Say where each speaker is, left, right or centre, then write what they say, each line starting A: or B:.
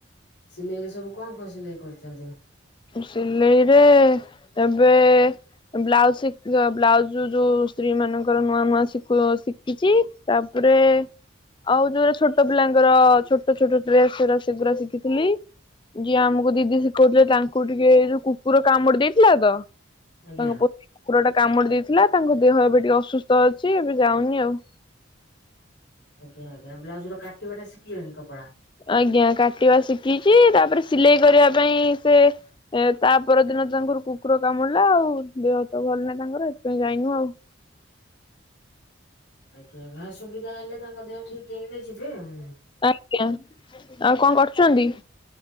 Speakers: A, on the left; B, on the left.
A: ସିଲେଇ ସବୁ କଣ କଣ ସିଲେଇ କରୁଛନ୍ତି?
B: ସିଲେଇରେ ଏବେ ବ୍ଲାଉଜ ଶିକ୍ ବ୍ଲାଉଜ ଯୋଉ ସ୍ତ୍ରୀ ମାନଙ୍କର ନୂଆ ନୂଆ ଶିକ ଶିଖିଛି। ତାପରେ ଆଉ ଯୋଉରା ଛୋଟ ପିଲାଙ୍କର ଛୋଟ ଛୋଟ ଡ୍ରେସଗୁରା ସେଗୁରା ଶିଖିଥିଲି। ଯିଏ ଆମକୁ ଦିଦି ଶିଖଉଥିଲେ ତାଙ୍କୁ ଟିକେ ଯୋଉ କୁକୁର କାମୁଡି ଦେଇଥିଲା ତ
A: ଆଜ୍ଞା
B: ତାଙ୍କ କୁକୁର ଟା କାମୁଡି ଦେଇଥିଲା ତାଙ୍କ ଦେହ ଏବେ ଟିକେ ଅସୁସ୍ଥ ଅଛି ଏବେ ଯାଉନି ଆଉ
A: ଆଜ୍ଞା ଆଜ୍ଞା ବ୍ଲାଉଜ ର କାଟିବା ଟା ଶିଖିଗଲଣି କପଡ଼ା।
B: ଆଜ୍ଞା କାଟିବା ଶିଖିଛି ତାପରେ ସିଲେଇ କରିବା ପାଇଁ ସେ ଏ ତା ପରଦିନ ତାଙ୍କର କୁକୁର କାମୁଡ଼ିଲା ଆଉ ଦେହ ହାତ ଭଲ ନାହିଁ ତାଙ୍କର ହେଥିପାଇଁ ଯାଇନୁ ଆଉ।
A: ଆଜ୍ଞା ଘା ସୁବିଧା ହେଲେ ତାଙ୍କ ଦେହ ଠିକ ହେଇଗଲେ ଯିବେ ଆଉ।
B: ଆଜ୍ଞା ଆଉ କଣ କରୁଛନ୍ତି?